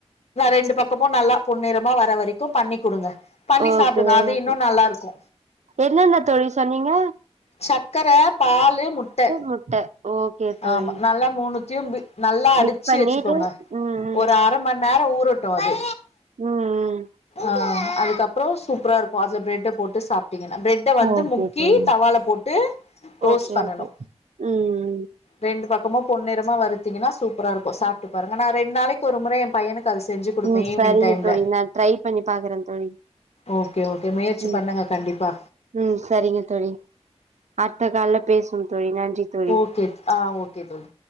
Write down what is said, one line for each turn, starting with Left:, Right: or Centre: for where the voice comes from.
Left: ரெண்டு பக்கமு நல்லா பொன்னிறமா வர வரைக்கு பண்ணி கூடுங்க பண்ணி
Right: ஓகே
Left: சாப்பிடுங்க அது
Right: ஓகே
Left: இன்னோ நல்லா இருக்கு
Right: என்னென்ன தோழி சொன்னீங்க
Left: சக்கர பாலு முட்ட
Right: முட்ட ஓகே தோழி
Left: ஆமா நல்லா மூனுத்தியு பீட் நல்லா அடிச்சு
Right: மிக்ஸ் பண்ணிட்டு
Left: வச்சுக்கோங்க
Right: ம் ம்
Left: ஒரு அர மண் நேரோ ஊர் ரட்டு அது
Right: ம்
Left: அ அதுகப்றோ சூப்பரா இருக்கு அதுல பிரெட்ட போட்டு சாப் டிங்கனா பிரெட்ட வந்து
Right: ஓகே
Left: முக்கி
Right: தோழி
Left: தவால போட்டு டோஸ்ட்
Right: ஓகே
Left: பண்ணனு
Right: ஓகே ம்
Left: ரெண்டு பக்கமு பொன்னிறமா வருத்தீங்கன்னா சூப்பரா இருக்கு சாப்ட்டு பாருங்க நா ரெண்டு நாளிக்கு ஒரு முறை ஏ பையனுக்கு அது செஞ்சு குடுப்பே
Right: ம்
Left: ஈவினிங்
Right: சரிங்க
Left: டைம்ல
Right: தோழி நா ட்ரை பண்ணி பாக்குறே தோழி
Left: ஓகே ஒகே முயற்சி
Right: ம்
Left: பண்ணுங்க கண்டிப்பா
Right: ம் சரிங்க தோழி அடுத்த கால்ல பேசுவோ தோழி நன்றி தோழி
Left: ஓகே ஆ ஓகே தோழி